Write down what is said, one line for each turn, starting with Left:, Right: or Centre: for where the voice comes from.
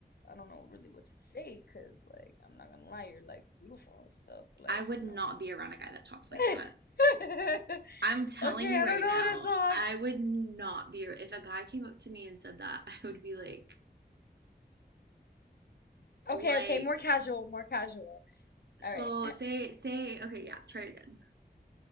Left: I don't know really what to say because, like, I'm not gonna lie, you're like beautiful and stuff. Like,
Right: I would
Left: you
Right: not
Left: know.
Right: be around a guy that talked like
Left: <laughs>
Right: that. I'm telling
Left: Okay,
Right: you
Left: I
Right: right
Left: don't know
Right: now,
Left: how to talk.
Right: I would not be if a guy came up to me and said that, <laughs> I would be like,
Left: Okay,
Right: like,
Left: okay, more casual, more casual.
Right: so
Left: All right.
Right: say say okay, yeah, try it again.